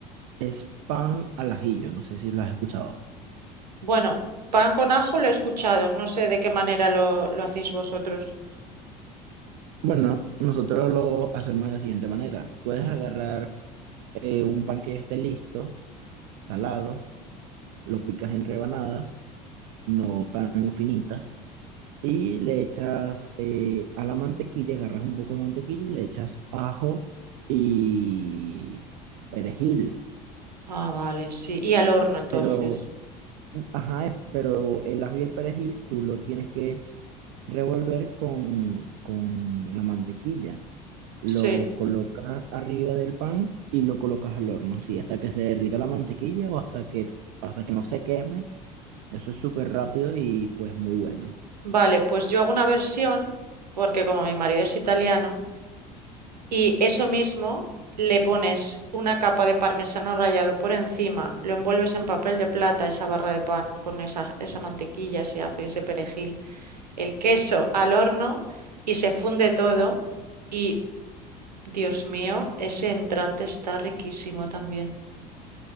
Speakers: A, on the right; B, on the right.
A: es pan al ajillo. No sé si lo has escuchado.
B: Bueno, pan con ajo lo he escuchado. No sé de qué manera lo, lo hacéis vosotros.
A: Bueno, nosotros lo hacemos de la siguiente manera. Puedes agarrar eh, un pan que ya esté listo, salado, lo picas en rebanadas, no tan finitas. Y le echas eh, a la mantequilla, agarras un poco de mantequilla y le echas ajo y perejil.
B: Ah, vale, sí. Y al horno entonces.
A: Pero, ajá, es, pero el ajo y el perejil tú lo tienes que revolver con, con la mantequilla. Lo
B: Sí.
A: colocas arriba del pan y lo colocas al horno, sí, hasta que se derrita la mantequilla o hasta que, hasta que no se queme. Eso es súper rápido y pues muy bueno.
B: Vale, pues yo hago una versión, porque como mi marido es italiano, y eso mismo le pones una capa de parmesano rallado por encima, lo envuelves en papel de plata, esa barra de pan con esa, esa mantequilla, ese ajo y ese perejil, el queso al horno y se funde todo. Y, Dios mío, ese entrante está riquísimo también.